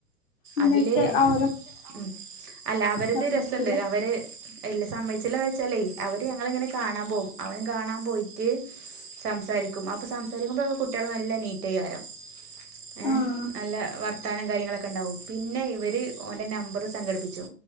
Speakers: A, on the left (about 40°); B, on the right (about 70°).
A: എന്നിട്ട്
B: അതില്
A: അവര്
B: ഉ അല്ല അവരത്
A: സമ്മതിച്ചില്ല
B: രസുണ്ട് അവര്ല്ല സമ്മച്ചില്ലന്ന് വെച്ചാലേ അവര് ഞങ്ങളിങ്ങനെ കാണാൻ പോകും അവനും കാണാൻ പോയിട്ട് സംസാരിക്കും അപ്പൊ സംസാരിക്കുമ്പോക്കെ കുട്ടികൾ നല്ല നീറ്റായികാരം ഏ
A: ആഹ്
B: നല്ല വർക്ക് താനം കാര്യങ്ങളൊക്കെ ഉണ്ടാവും പിന്നെ ഇവർ ഓൻറെ നമ്പർ സംഘടിപ്പിച്ചു